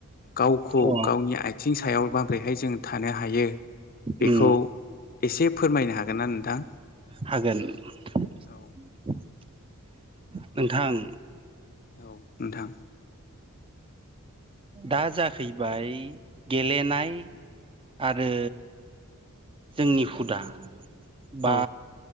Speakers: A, on the left; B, on the right.
A: गावखौ
B: अ
A: गावनि आथिं सायाव माब्रैहाय जों था थानो हायो बेखौ
B: उम
A: इसे फोरमायनो हागोन ना नोंथां?
B: हागोन <unintelligible>
A: औ
B: नोंथां
A: औ नोंथां।
B: दा जाहैबाय गेलेनाय आरो जोंनि हुदा बा
A: औ